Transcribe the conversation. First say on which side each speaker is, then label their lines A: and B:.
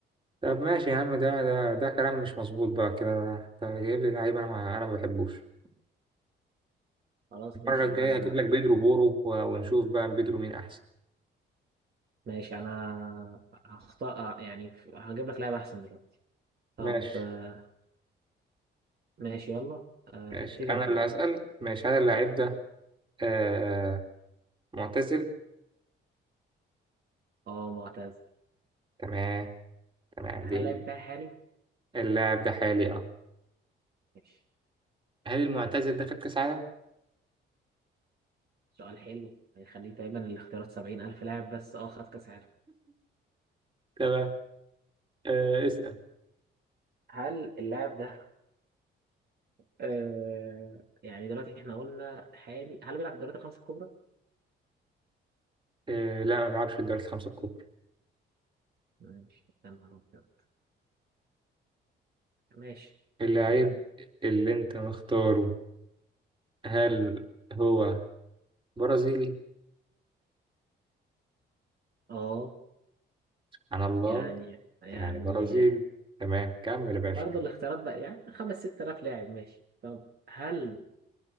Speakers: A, on the right; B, on the right.
A: طب ماشي يا عم ده ده, ده كلام مش مظبوط بقى كده انت جايب لي لعيب انا ما انا ما بحبوش
B: خلاص
A: المرة
B: ماشي
A: الجاية
B: يا عم
A: هجيب لك بيدرو بورو و- ونشوف بقى بيدرو مين أحسن
B: ماشي انا هخطأ يعني هجيب لك لاعب احسن دلوقتي طب
A: ماشي
B: آه، ماشي يلا آه،
A: ماشي
B: ابتدي
A: أنا
B: انت
A: اللي
B: بقى
A: هسأل ماشي هل اللاعب ده آه معتزل؟
B: اه معتزل
A: تمام تمام
B: هل
A: دي
B: اللعيب بتاعي حالي
A: اللاعب ده حالي أه
B: ماشي
A: هل المعتزل ده خد كأس عالم؟
B: سؤال حلو هيخليه دايما الاختيارات سبعين ألف لاعب بس اه خد كأس عالم
A: تمام آه اسأل
B: هل اللاعب ده آه يعني دلوقتي احنا قلنا حالي هل بيلعب في الدوريات الخمسة الكبرى؟
A: آه لا ما بيلعبش في الدوري الخمسة الكبرى
B: ماشي يا نهار أبيض ماشي
A: اللاعب
B: اه
A: اللي أنت مختاره هل هو برازيلي؟
B: آه،
A: عن الله
B: يعني يعني
A: يعني برازيلي تمام كمل يا باشا
B: برضه الاختيارات بقى يعني خمس ست آلاف لاعب ماشي طب هل